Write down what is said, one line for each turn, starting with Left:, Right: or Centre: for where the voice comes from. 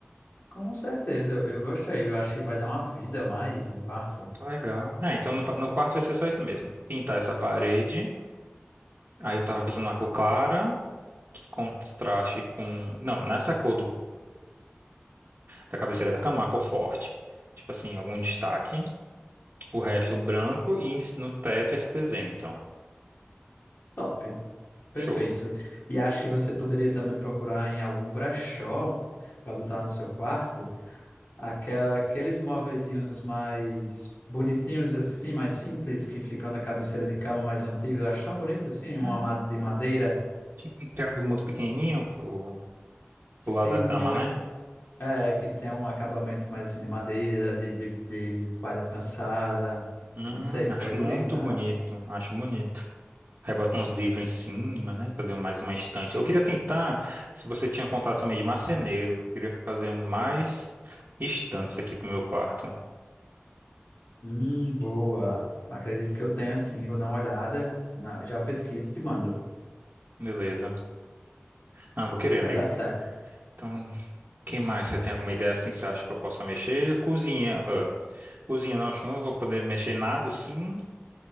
Left: Com certeza, eu, eu gostei. Eu acho que vai dar uma vida a mais um quarto.
Right: Legal. É, então no, pa- no quarto vai ser só isso mesmo. Pintar essa parede. Aí eu tava pensando numa cor clara, que contraste com. Não, nessa cor do. da cabeceira da cama, uma cor forte. Tipo assim, algum destaque. O resto branco e em- no teto esse desenho, então.
Left: Top, perfeito.
Right: Show.
Left: E acho que você poderia também procurar em algum brechó para botar no seu quarto Aquela, aqueles móveizinhos mais bonitinhos assim, mais simples, que ficam na cabeceira de cama mais antigos, eu acho tão bonito assim, uma
Right: Ah,
Left: ma- de madeira.
Right: Tipo um criado mudo pequenininho pro,
Left: Sim,
Right: pro lado da cama,
Left: eu,
Right: né?
Left: é, que tem um acabamento mais assim de madeira, de, de, de palha trançada.
Right: Hum,
Left: Não sei, ficaria
Right: acho
Left: bonito,
Right: muito
Left: né?
Right: bonito, acho bonito. Aí bota uns livros em cima, né? Fazer mais uma estante. Eu queria tentar, se você tinha contato também de marceneiro, que eu queria fazer um mais estantes aqui pro meu quarto.
Left: Hum, boa. Acredito que eu tenha sim, vou dar uma olhada, na- já pesquiso e te mando.
Right: Beleza. Ah, vou querer, amigo.
Left: Vai dar certo.
Right: Então, quem mais? Você tem alguma ideia assim que você acha que eu possa mexer? Cozinha. ah, Cozinha, não, acho que eu não vou poder mexer em nada assim.